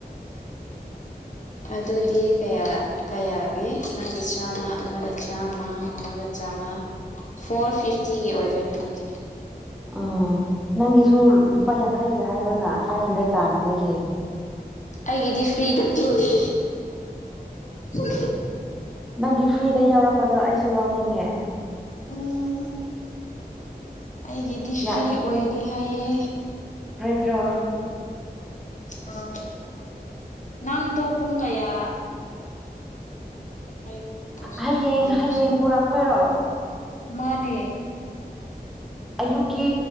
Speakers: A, on the left; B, in the centre.
A: ꯑꯗꯨꯗꯤ ꯀꯌꯥ ꯀꯌꯥꯒꯤ ꯅꯪꯒꯤ ꯆꯥꯝꯃ ꯑꯃꯅ ꯆꯥꯝꯃ ꯑꯃꯒ ꯆꯥꯝꯃ ꯐꯣꯔ ꯐꯤꯐꯇꯤꯒꯤ ꯑꯣꯏꯗꯣꯏꯅꯦ ꯑꯗꯨꯗꯤ
B: ꯎꯝ ꯅꯪꯒꯤꯁꯨ ꯂꯨꯄꯥ ꯌꯥꯡꯈꯩꯒꯤ ꯍꯥꯏꯔꯣꯅ ꯐꯥꯏꯚ ꯍꯟꯗ꯭ꯔꯦꯠ ꯇꯥꯅꯕꯒꯤ
A: ꯑꯩꯒꯤꯗꯤ ꯐ꯭ꯔꯤꯗ ꯄꯤꯡꯉꯤ <unintelligible>
B: ꯅꯪꯒꯤ ꯐ꯭ꯔꯤꯗ ꯌꯥꯎꯔꯛꯄꯗꯣ ꯑꯩꯁꯨ ꯂꯧꯅꯤꯡꯉꯦ
A: ꯎꯝ ꯑꯩꯒꯤꯗꯤ ꯐ꯭ꯔꯤ
B: ꯌꯥ
A: ꯑꯣꯏꯅꯤ ꯍꯥꯏꯌꯦ
B: ꯠꯇ꯭ꯔꯣ
A: ꯑꯥ ꯅꯗꯣ ꯄꯨꯨꯡ ꯀꯌꯥ ꯑꯩ ꯀꯃꯥꯏꯅ ꯇꯧꯁꯤꯅꯣ
B: ꯍꯌꯦꯡ
A: ꯏꯕꯥꯅꯤꯁꯦ
B: ꯍꯌꯦꯡ ꯄꯨꯔꯛꯇꯣꯏꯔꯣ
A: ꯃꯥꯅꯦ
B: ꯑꯌꯨꯛꯀꯤ